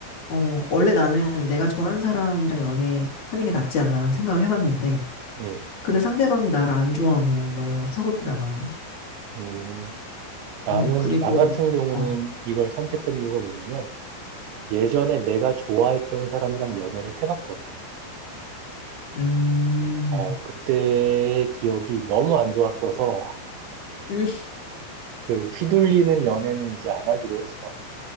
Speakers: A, on the left; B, on the right.
A: 어, 원래 나는 내가 좋아하는 사람이랑 연애하는 게 낫지 않나라는 생각을 해봤는데,
B: 음,
A: 근데 상대방이 나를 안 좋아하면 너무 서글프잖아.
B: 음, 나는,
A: 음, 그리고,
B: 나 같은 경우는
A: 어,
B: 이걸 선택한 이유가 뭐냐면, 예전에 내가 좋아했던 사람이랑 연애를 해봤거든.
A: 음,
B: 어, 그때의 기억이 너무 안 좋았어서,
A: 음,
B: 그 휘둘리는 연애는 이제 안 하기로 했어.